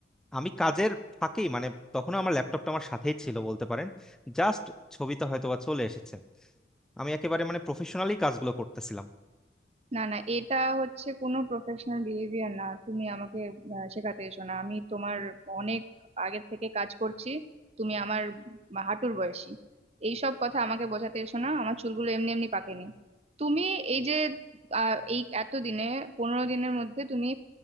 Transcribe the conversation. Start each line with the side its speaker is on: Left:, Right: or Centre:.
Centre: আমি কাজের ফাঁকেই মানে তখনও আমার ল্যাপটপটা আমার সাথেই ছিল বলতে পারেন জাস্ট ছবিটা হয়তো বা চলে এসেছে আমি একেবারে মানে প্রফেশনালি কাজগুলো করতেছিলাম
Right: না না এটা হচ্ছে কোনো প্রফেশনাল বিহেভিয়ার না তুমি আমাকে আহ, শেখাতে এসো না আমি তোমার অনেক আগের থেকে কাজ করছি তুমি আমার বা- হাঁটুর বয়সী এইসব কথা আমাকে বোঝাতে এসো না আমার চুলগুলো এমনি এমনি পাকেনি তুমি এই যে আহ, এই এতদিনে পনেরো দিনের মধ্যে তুমি